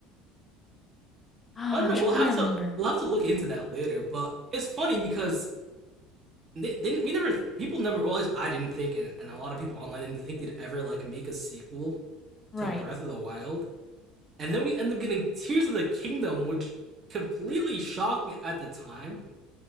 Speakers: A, on the left; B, on the right.
A: <sighs> oh,
B: I don't
A: I'm
B: know.
A: trying
B: We'll have
A: to remember.
B: to we'll have to look into that later. But it's funny because they, they, we never people never realized I didn't think and, and a lot of people online didn't think they'd ever like make a sequel
A: Right,
B: to Breath of the Wild. And then we end up getting Tears of the Kingdom, which completely shocked me at the time